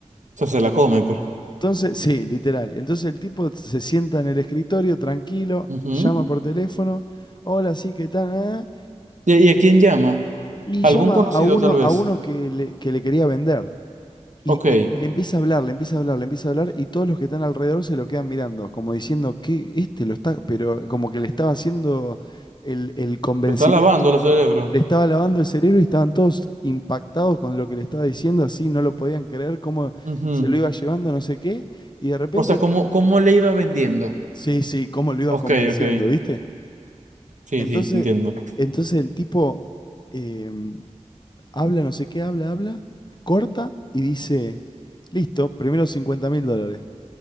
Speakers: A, on the right; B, on the left.
A: O sea, se la come, pues.
B: Entonces, sí, literal. Entonces el tipo se sienta en el escritorio tranquilo,
A: Ujú.
B: llama por teléfono, hola, sí, ¿qué tal? Ah",
A: ¿Y, y a quién llama?
B: Y
A: ¿Algún
B: llama
A: conocido,
B: a uno,
A: tal
B: a
A: vez?
B: uno que le, que le quería vender. Y,
A: Ok,
B: y- y le empieza a hablar, le empieza a hablar, le empieza a hablar, y todos los que están alrededor se lo quedan mirando, como diciendo que este lo está, pero como que le estaba haciendo el, el convencimiento,
A: lo está lavando el cerebro.
B: le estaba lavando el cerebro y estaban todos impactados con lo que le estaba diciendo, así no lo podían creer, cómo
A: Ujú.
B: se lo iba llevando, no sé qué, y de repente
A: O sea, ¿cómo, cómo le iba vendiendo?
B: Sí, sí, cómo lo iba
A: Ok,
B: convenciendo,
A: ok.
B: ¿viste?
A: Sí,
B: Entonces,
A: sí, entiendo.
B: entonces el tipo em, habla, no sé qué, habla, habla, corta y dice, listo, primero cincuenta mil dólares.